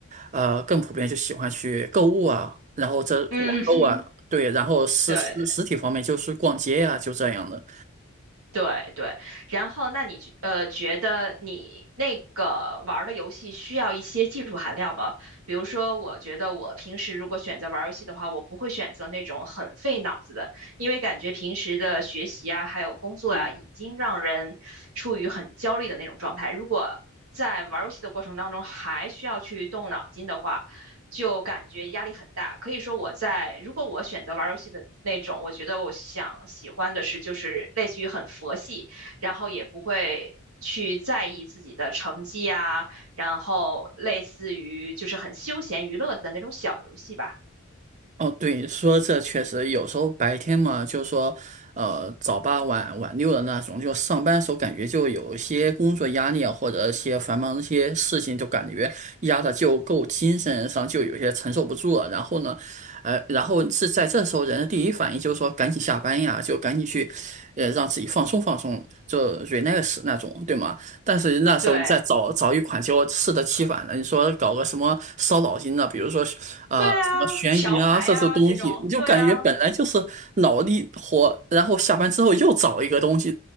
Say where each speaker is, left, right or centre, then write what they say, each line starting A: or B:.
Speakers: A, on the right; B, on the right.
A: 呃，更普遍就喜欢去购物啊，然后这网购啊，
B: 嗯，<laughs>
A: 对，然后实实实体方面就是逛街呀，
B: 对对。
A: 就这样的。
B: 对对，然后那你觉呃觉得你那个玩儿的游戏需要一些技术含量吗？比如说，我觉得我平时如果选择玩儿游戏的话，我不会选择那种很费脑子的，因为感觉平时的学习啊，还有工作啊，已经让人处于很焦虑的那种状态。如果在玩儿游戏的过程当中还需要去动脑筋的话，就感觉压力很大。可以说我在，如果我选择玩游戏的那种，我觉得我想喜欢的是就是类似于很佛系，然后也不会去在意自己的成绩啊，然后类似于就是很休闲娱乐的那种小游戏吧。
A: 哦，对，说这确实有时候白天嘛，就说，呃，早八晚晚六的那种，就上班时候感觉就有一些工作压力啊，或者一些繁忙的一些事情，就感觉压的就够精神上就有些承受不住了。然后呢，呃，然后是在这时候人的第一反应就是说赶紧下班呀，就赶紧去，呃，让自己放松放松，就 relax 那种，对吗？但是那时候再找找一款，
B: 对，
A: 结果适得其反的。你说搞个什么烧脑筋的，比如说呃什么悬疑啊这些东西，
B: 对啊，桥牌啊这种，
A: 你就感觉本来就是脑力活，
B: 对啊。
A: 然后下班之后又找一个东西，